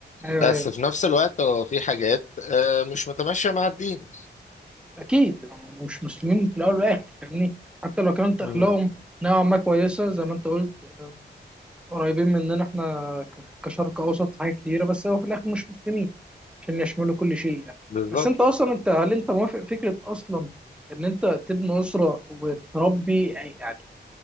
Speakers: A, in the centre; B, on the left (about 45°).
A: ايوه
B: بس
A: ايوه
B: في نفس الوقت هو في حاجات آه، مش متماشية مع الدين
A: اكيد هم مش مسلمين في الاول والاخر فاهمني حتى لو كانت اخلاقهم
B: مم.
A: نوعا ما كويسه زي ما انت قلت آه، قريبين مننا احنا ك- كشرق اوسط في حاجات كتيره بس هو في الاخر مش مسلمين عشان يشملوا كل شيء يعني
B: بالظبط
A: بس انت اصلا انت هل انت موافق فكره اصلا ان انت تبني اسره وتربي يعني يعني